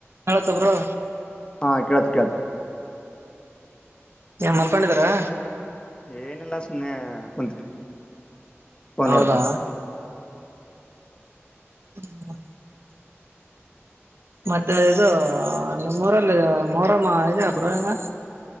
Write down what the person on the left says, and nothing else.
ಹ ಕೇಳ್ತು ಕೇಳ್ತು
ಏನಿಲ್ಲಾ ಸುಮ್ನೆ ಕುಂತು ಇದ್ದೀವಿ ಬೇನ್
ಹೊಡ್ತಾ